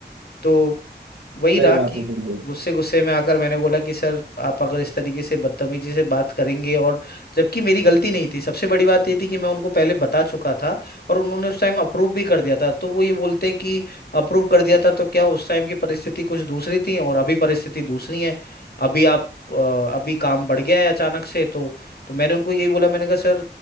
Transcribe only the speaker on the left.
तो वही
रहा कि
गुस्से गुस्से में आकर मैंने बोला कि सर आप अगर इस तरीके से बदतमीजी से बात करेंगे और जबकि मेरी गलती नहीं थी सबसे बड़ी बात ये थी कि मैं उनको पहले बता चुका था और उन्होंने उस टाइम अप्रूव भी कर दिया था तो वो ये बोलते हैं कि अप्रूव कर दिया था तो क्या उस टाइम की परिस्थिति कुछ दूसरी थी और अभी परिस्थिति दूसरी है अभी आप अ, अभी काम बढ़ गया है अचानक से तो तो मैंने उनको यही बोला मैंने कहा सर